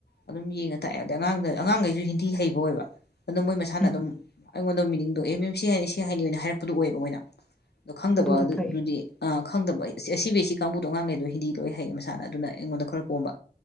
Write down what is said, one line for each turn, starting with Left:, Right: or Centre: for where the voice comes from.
Left: ꯑꯗꯨꯝ ꯌꯦꯡꯉ ꯇꯥꯛꯑ ꯑꯗꯩ ꯑꯉꯥꯡꯗ ꯑꯉꯥꯡꯈꯩꯁꯨ ꯍꯤꯟꯗꯤ ꯍꯩꯕ ꯑꯣꯏꯕ ꯑꯗꯨꯝ ꯃꯣꯏ ꯃꯁꯥꯅ
Centre: ꯎꯝ
Left: ꯑꯗꯨꯝ ꯑꯩꯉꯣꯟꯗ ꯃꯤꯅꯤꯡꯗꯣ ꯑꯦꯝ ꯑꯦꯝ ꯁꯤ ꯍꯥꯏꯅꯤ ꯁꯤ ꯍꯥꯏꯅꯤ ꯑꯣꯏꯅ ꯍꯥꯏꯔꯛꯄꯗꯨ ꯑꯣꯏꯌꯦꯕ ꯃꯣꯏꯅ ꯑꯣ ꯈꯪꯗꯕ
Centre: ꯑꯗꯨꯗꯣ
Left: ꯑꯗꯨꯗꯨꯗꯤ
Centre: ꯐꯩ
Left: ꯑ ꯈꯪꯗꯕ ꯑꯁꯤ ꯕꯤ ꯁꯤ ꯀꯥꯡꯕꯨꯗꯣ ꯑꯉꯥꯡꯈꯩꯗꯣ ꯍꯤꯟꯗꯤ ꯂꯣꯏ ꯍꯩ ꯃꯁꯥꯅ ꯑꯗꯨꯅ ꯑꯩꯉꯣꯟꯗ ꯈꯔ ꯀꯣꯝꯕ